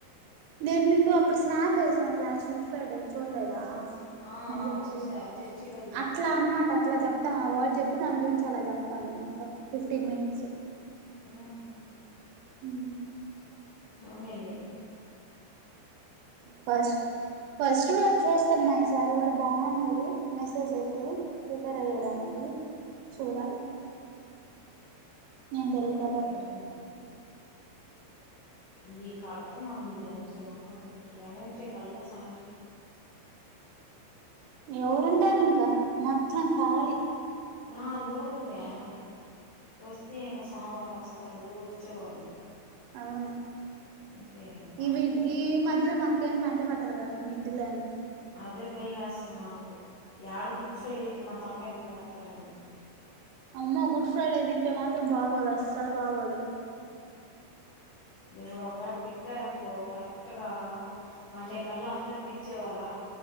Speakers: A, on the right; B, on the left.
A: నేను నీకు అప్పుడు స్నాప్ ఎస్సాము లాస్ట్ గుడ్ ఫ్రైడే చూడలేదా
B: ఆ
A: నేను
B: ఆ
A: చెప్పేది
B: చూసా చర్చిలో చూ
A: అట్లా అనమాట అట్లా చెప్తాం ఆ వర్డ్ చెప్పి దాని గురించి అలా చెప్తాం ము మొత్తం ఫిఫ్టీన్ మినిట్స్
B: ఆహ
A: హ
B: అవునేలె
A: ఫస్ట్ ఫస్ట్ వాడు చూస్తున్నాయి సార్ కూడా బాగుంది మెసేజ్ అయితే ప్రిపేర్ అయ్యేదానికి చూడాలి ఏం
B: అంతేలే
A: జరుగుతదో అప్పటికి
B: ఇంకేంఉంది ఆడ ఈ కరెక్ట్గా మన ఈ వెడ్నెస్దే ఉన్నాం నెక్స్ట్ వెడ్నెస్డే కళ్ళ సాం
A: ఎవరుంటారు ఇంకా మొత్తం ఖాళీ
B: నాలుగు రోజులు ఉండే వస్తే ఇంకా సోమవారం వస్త తరు వచ్చేవాళ్ళు
A: అవును
B: అంతే ఇంకా
A: ఈ ఈ మధ్యలో మనకేం పెంట పెట్టరుగా మిడ్ లని
B: అదే భయం వేస్తుంది నాకు ఏడ గుడ్ ఫ్రైడే అయితే మన తలకాయి మీద వేస్తారని
A: అమ్మ గుడ్ ఫ్రైడే తింటే మాత్ర త్రం బాగోదు అస్సలు బగోదు
B: దేవుడు ఒకేళ పెట్టార అనుకో కరెక్ట్ కరెక్టుగా మండే కల్లా అందని పిలిచేవాళ్ళ